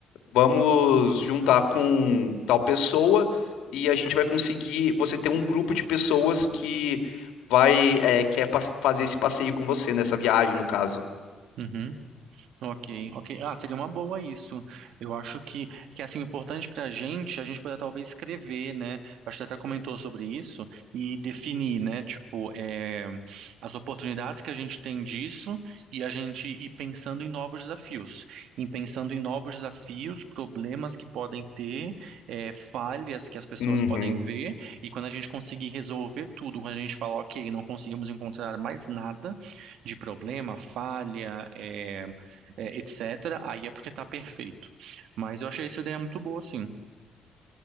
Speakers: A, on the left (about 80°); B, on the right (about 80°).
A: vamos juntar com tal pessoa e a gente vai conseguir, você ter um grupo de pessoas que vai, é, quer pas- fazer esse passeio com você, nessa viagem, no caso.
B: Uhum. Ok, ok. Ah, seria uma boa isso. Eu acho que, que é, assim, importante para a gente, a gente poder talvez escrever, né? Acho que você até comentou sobre isso e definir, né? Tipo, é, as oportunidades que a gente tem disso e a gente ir pensando em novos desafios. Em pensando em novos desafios, problemas que podem ter, é, falhas que as pessoas
A: Uhum.
B: podem ver. E quando a gente conseguir resolver tudo, quando a gente falar, ok, não conseguimos encontrar mais nada de problema, falha, é é, etc., aí é porque tá perfeito. Mas eu achei essa ideia muito boa, sim.